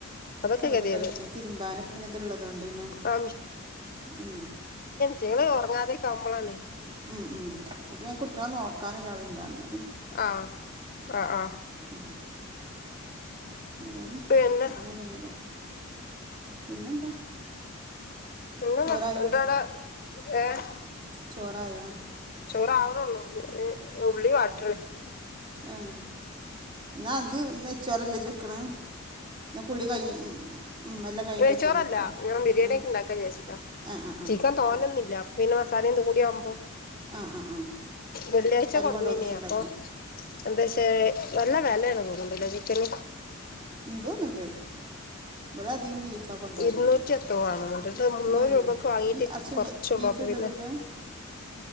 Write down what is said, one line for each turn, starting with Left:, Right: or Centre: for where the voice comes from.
Left: അതൊക്കെ
Right: പലത
Left: ഗതികേട്
Right: കഴിഞ്ഞപ്പൊ തിരുമ്പാനൊക്കെ പിന്നെ ഇത്ള്ളതൊണ്ട് പിന്നെ
Left: ആ
Right: ഉം
Left: ചെയ്യണേ ഉറങ്ങാതെക്കുമ്പോളാണ്
Right: ഉം ഉം ഇവിടെ കുട്ടികളെ നോക്കാൻ ഒരാളുണ്ടായിരുന്നു
Left: ആഹ് ആ ആഹ്
Right: ഉം അതായാലും
Left: പിന്നെ
Right: അതങ്ങ് കഴിഞ്ഞില്ലേ? പിന്നെന്താ?
Left: പിന്നെന്താ
Right: ചോറായോ
Left: എന്താ അടെ ഏഹ്
Right: ചോറായാ?
Left: ചോറ് ആവനുള്ളൂ ഇനി ഉള്ളി വാട്ടാണ്
Right: ഏഹ് ന്നാ അത് നെയ്ച്ചോറല്ലേ ഇജ്ജ് വെക്കണ്? എന്നാ കുളി കഴിഞ്ഞ് ഉം ഉം എല്ലാം കഴിഞ്ഞിട്ട്
Left: നെയ്ച്ചോറല്ല
Right: വെച്ചോ എന്നാ
Left: ഞാൻ ബിരിയാണി
Right: ഏഹ്
Left: ഒക്കെ ഉണ്ടാക്കാ വിചാരിച്ചിട്ടാ
Right: ആഹ് ആഹ് ആഹ്
Left: ചിക്കൻ തോനെന്നുല്ല പിന്നെ മസാല എന്ത് കൂടിയ ആവുമ്പോ
Right: ആഹ് ആഹ് ആഹ്
Left: വെള്ളിയാഴ്ച
Right: അരി
Left: കൊണ്ട് വന്നീനി
Right: ഒന്നിച്ച് ഉണ്ടാക്കോ
Left: അപ്പൊ എന്താ ഷെ നല്ല വില ആണെന്ന് തോന്നാണുണ്ടല്ലേ ചിക്കന്?
Right: തോന്നണുണ്ട് ഇവിടെ അധികം ബീഫാ കൊണ്ടുവരല്
Left: ഇരുന്നൂറ്റി എത്രോ ആണ് എന്നിട്ട് മുന്നൂറ്
Right: ഏ
Left: രൂപക്ക് വാങ്ങീട്ട്
Right: എറച്ചിണ്ട്
Left: കുറച്ചൊള്ളൂ
Right: ബീഫ്
Left: അപ്പൊ
Right: കൊണ്ട്
Left: പിന്നെ
Right: വരുലാ?